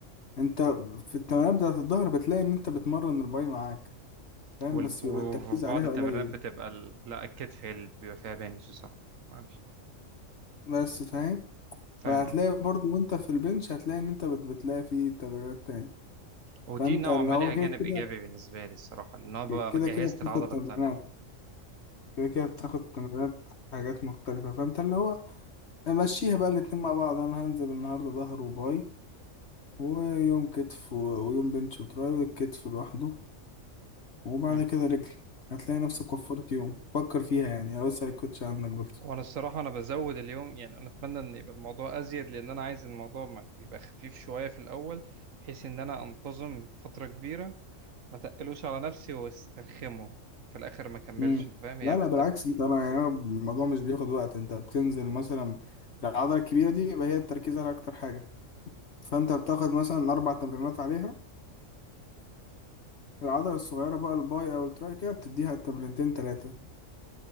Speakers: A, on the left; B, on the right.
A: انت في التمرينات بتاعت الظهر بتلاقي ان انت بتمرن الباي معاك فاهم
B: وال-
A: بس
B: وفي
A: بيبقى التركيز عليها
B: بعض التمرينات
A: قليل
B: بتبقى ال... لا الكتف هي اللي بيبقى فيها بنش صح معلش
A: بس فاهم
B: فاهم
A: فهتلاقي
B: اه
A: برضو وانت في البنش هتلاقي ان انت بت- بتلاقي فيه تمرينات تاني
B: ودي
A: فانت
B: نوعا
A: اللي
B: ما
A: هو
B: ليها
A: كده
B: جانب
A: كده
B: ايجابي بالنسبه لي الصراحه لان انا بقى
A: كده
B: جهزت
A: كده بتاخد
B: العضله
A: تمرينات
B: التانيه
A: كده كده بتاخد تمرينات حاجات مختلفة فانت اللي هو مشيها بقى الاتنين مع بعض انا هنزل النهاردة ظهر وباي ويوم كتف و- ويوم بنش وتراي والكتف لوحده وبعد
B: ايه
A: كده رجل هتلاقي نفسك وفرت يوم فكر فيها يعني او اسأل الكوتش عنك برضه
B: هو انا الصراحه انا بزود اليوم يعني انا اتمنى ان يبقى الموضوع ازيد لان انا عايز الموضوع ما يبقى خفيف شويه في الاول بحيث ان انا انتظم فتره كبيره ما تقلوش على نفسي واسترخمه في الاخر ما كملش
A: امم
B: انت فاهم هي
A: لا
B: بتبقى
A: لا بالعكس انت انا يعني أنا الموضوع مش بياخد وقت انت بتنزل مثلا العضلة الكبيرة دي يبقى هي التركيز على اكتر حاجة فانت بتاخد مثلا اربع تمرينات عليها العضلة الصغيرة بقى الباي او التراي كده بتديها تمرينتين تلاتة